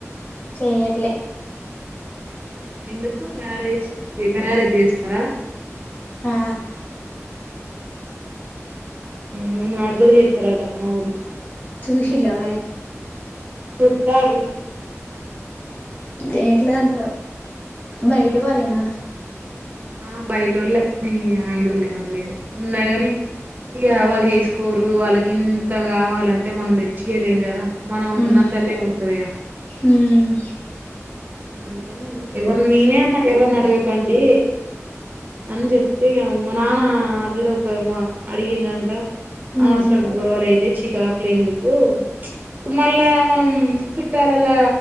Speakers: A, on the left (about 35°); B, on the right (about 35°).
A: చేయర్లే
B: ఎందుకు మ్యారేజ్ <inaudible> చేస్తారా
A: ఆ
B: మ్మ్ నాక్ కూడా చేస్తారు అంట మా ఊరులో
A: చుషిల్లా మరి
B: చుత్తరు
A: ే ఎట్లాం బయటి వాళ్ళనా
B: ఆ బయట వాళ్ళ ఆయన వాళ్ళవరు లేరు ఉన్నా కాని ఇవాళు చేసుకోరు వాళ్ళకి ఇంత కావాలంటే మనం తెచ్చియలేం కదా మనం
A: ఉమ్
B: ఉన్నంతల్లే ఉంటంది ఇగ
A: ఉమ్
B: అందుకని ఎవరి నేనే అన్నా ఎవరిని అడిగకండి అని చెప్తే మా నాన్న ఆల్రెడీ ఒక అడిగిందంట అనవసరం
A: ఉమ్
B: గొడవలు అయితే చికాకులేందుకు ఇ మళ్ళా మనం చుట్టాలలా